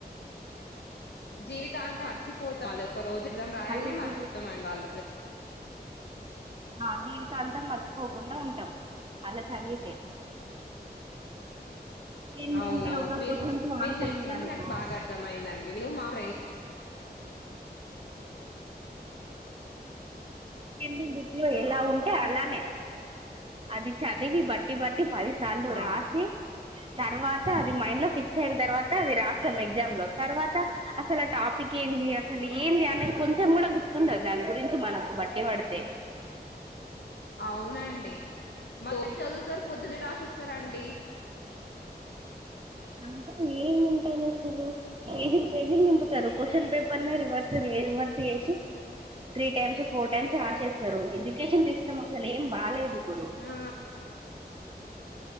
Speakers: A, on the left (about 90°); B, on the right (about 30°).
A: జీవితాంతం అర్థం మర్చిపోతాం, అదొక రోజు ఎగ్జామ్ రాయంగానే
B: మళ్ళీ ఇప్పుడు
A: మర్చిపోతాం. ఇంగ వాల్లట్ల
B: ఆ జీవితాంతం మర్చిపోకుండా ఉంటాం. అలా చదివితే ఏంటంటే
A: అవునవును,
B: ఒక
A: మీరు
B: క్వశ్చన్ కు
A: మీరు
B: ఆన్సర్
A: చెప్పింది
B: ఉందనుకో
A: నాకు బాగా అర్థమయిందండి. నువ్వు మా ఫ్రెండ్
B: ఎందిది ఇట్లు ఎలా ఉంది అ అలానేే అది చదివి బట్ బట్టి పట్టి పదిసార్లు
A: ఆ
B: రాసి, తర్వాత ఫస్ట్ అది మైండ్ లో ఫిక్స్ అయిన తర్వాత, అది రాస్తాం ఎగ్జామ్ లో తర్వాత అసలు ఆ టాపిక్ ఏంది అసలు ఏంది అని కొంచెం గుర్తుండదు. దాని గురించి బట్టి పడుతే
A: అవునండి మాఊరు చదువుతారు, పొద్దున్న రాసి వస్తారండి
B: అంత ఏం ఉంటది అసలు, పేజీలు పేజీలు నింపుతారు క్వశ్చన్ పేపర్ నే రివర్స రివర్స్ చేసి త్రీ టైమ్స్ ఫోర్ టైమ్స్ రాసేస్తారు. ఎడ్యుకేషన్ సిస్టమ్ అసలు ఏం బాలేదు, ఇప్పుడు
A: ఆ